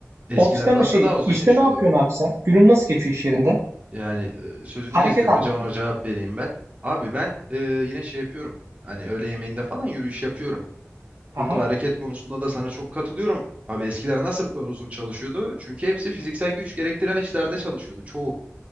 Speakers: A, on the right (about 25°); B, on the right (about 65°).
A: eskiler
B: ofisten
A: nasıl
B: şey
A: daha uzun
B: işte
A: yaşıyordu?
B: ne yapıyorsun abi sen? Günün nasıl geçiyor iş yerinde?
A: Yani e, sözünü
B: Hareket
A: kestim.
B: anlamında.
A: Önce ona cevap vereyim ben. Abi ben e, yine şey yapıyorum. Hani öğle yemeğinde falan yürüyüş yapıyorum.
B: Aha.
A: Burada hareket konusunda da sana çok katılıyorum. Abi eskiler nasıl bu kadar uzun çalışıyordu? Çünkü hepsi fiziksel güç gerektiren işlerde çalışıyordu. Çoğu.